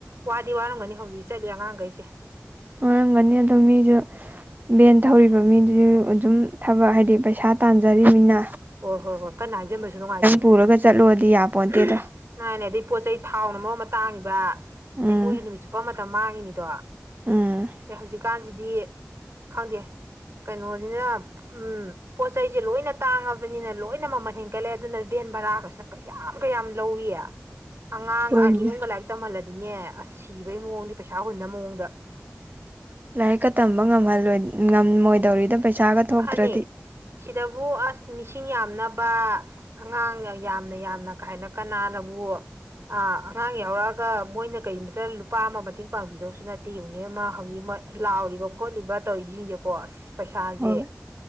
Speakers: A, on the right; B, on the right.
A: ꯋꯥꯗꯤ ꯋꯥꯔꯝꯒꯅꯤ ꯍꯧꯖꯤꯛ꯫ ꯆꯠꯂꯤ ꯑꯉꯥꯡꯍꯩꯁꯦ꯫
B: <unintelligible> ꯑꯗꯨ ꯃꯤꯖꯨ ꯚꯦꯟ ꯊꯧꯔꯤꯕ ꯃꯤꯗꯨꯁꯨ ꯑꯗꯨꯝ ꯊꯕꯛ ꯍꯥꯏꯗꯤ ꯄꯩꯁꯥ ꯇꯥꯟꯖꯔꯤꯕꯅꯤꯅ
A: ꯍꯣꯏ ꯍꯣꯏ ꯍꯣꯏ ꯀꯟꯅ ꯍꯥꯏꯖꯤꯟꯕꯁꯨ ꯅꯨꯡꯉꯥꯏꯇꯦ꯫
B: ꯄꯨꯔꯒ ꯆꯠꯂꯣꯗꯤ
A: <unintelligible>
B: ꯌꯥꯄꯣꯟꯇꯦꯗꯣ
A: ꯃꯥꯅꯦ ꯑꯗꯩ ꯄꯣꯠ ꯆꯩ ꯊꯥꯎꯅ ꯃꯔꯣꯝꯃ ꯇꯥꯡꯉꯤꯕ ꯑꯗꯩ
B: ꯎꯝ
A: ꯃꯣꯏꯁꯨ ꯅꯨꯃꯤꯠ ꯆꯨꯞꯄ ꯃꯇꯝ ꯃꯥꯡꯉꯤꯅꯤꯗꯣ
B: ꯎꯝ
A: ꯑꯦ ꯍꯧꯖꯤꯛꯀꯥꯟ ꯗꯤ ꯈꯪꯗꯦ ꯀꯩꯅꯣꯁꯤꯅ ꯎꯝ ꯄꯣꯠꯆꯩꯁꯦ ꯂꯣꯏꯅ ꯇꯥꯡꯉ ꯅꯤꯅ ꯂꯣꯏꯅ ꯃꯃꯜ ꯍꯦꯟꯒꯠꯂꯦ ꯑꯗꯨꯅ ꯕꯦꯟ ꯕꯔꯥꯒꯁꯤꯅ ꯀꯌꯥꯝ ꯀꯌꯥꯝ ꯂꯧꯋꯤ ꯑꯉꯥꯡ
B: ꯍꯣꯏꯅꯦ
A: ꯑꯅꯤꯍꯨꯝꯒ ꯂꯥꯏꯔꯤꯛ ꯇꯝꯍꯜꯂꯗꯤꯅꯦ ꯁꯤꯕꯩ ꯃꯑꯣꯡꯗꯤ ꯄꯩꯁꯥ ꯍꯨꯟꯅꯕ ꯃꯑꯣꯡꯗ
B: ꯂꯥꯏꯔꯤꯛꯀ ꯇꯝꯕ ꯉꯝꯍꯜꯂꯣꯏ ꯉꯝꯃꯣꯏꯗꯧꯔꯤꯗ꯫ ꯄꯩꯁꯥꯒ ꯊꯣꯛꯇ꯭ꯔꯗꯤ
A: ꯐꯅꯤ ꯁꯤꯗꯕꯨ ꯑꯁ ꯃꯤꯁꯤꯡ ꯌꯥꯝꯅꯕ ꯑꯉꯥꯡ ꯌꯥꯝꯅ ꯌꯥꯝꯅ ꯀꯥꯏꯅ ꯀꯅꯥꯅꯕꯨ ꯑ ꯑꯉꯥꯡ ꯌꯥꯎꯔꯛꯑꯒ ꯃꯣꯏꯅ ꯀꯩꯝꯇ ꯂꯨꯄꯥ ꯑꯃ ꯃꯇꯦꯡ ꯄꯥꯡꯕꯤꯗꯧꯁꯨ ꯅꯠꯇꯦ ꯌꯦꯡꯅꯦ ꯃꯥ ꯍꯧꯖꯤꯛ ꯃꯥ ꯂꯥꯎꯔꯤꯕ ꯈꯣꯠꯂꯤꯕ ꯇꯧꯔꯤꯁꯤꯡꯖꯦꯀꯣ ꯑꯁ ꯄꯩꯁꯥꯖꯦ
B: ꯍꯣꯏ